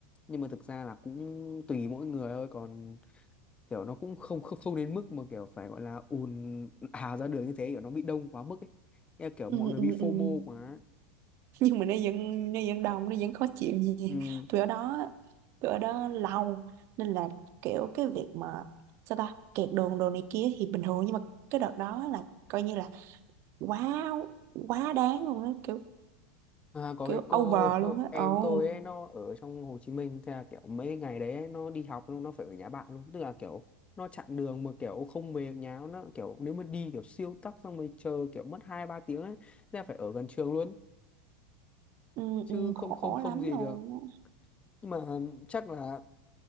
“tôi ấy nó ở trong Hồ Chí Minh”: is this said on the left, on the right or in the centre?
Left